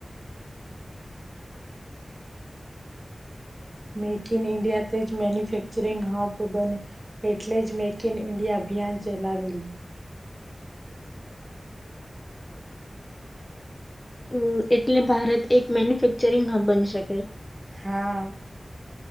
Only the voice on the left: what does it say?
હ એટલે ભારત એક મેન્યુફેક્ચરિંગ હબ બની શકે.